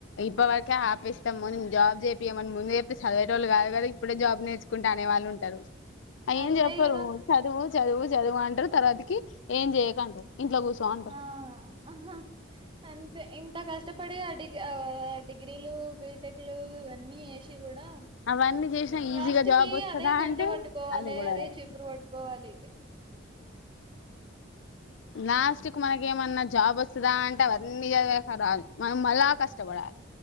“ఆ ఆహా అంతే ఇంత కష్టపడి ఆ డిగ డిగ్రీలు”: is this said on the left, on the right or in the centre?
Right